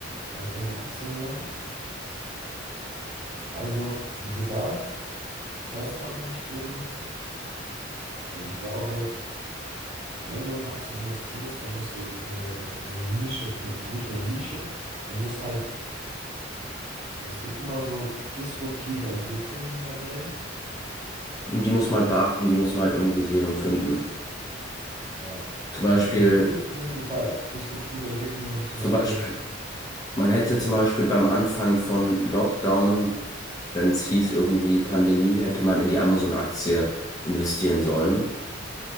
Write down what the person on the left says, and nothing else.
Und die muss
man halt beachten, die muss man halt irgendwie sehen und finden.
Zum
Beispiel,
zum
Beispiel, man hätte
zum Beispiel beim Anfang von Lockdown, wenn es hieß irgendwie Pandemie, hätte man in die Amazon-Aktie investieren sollen.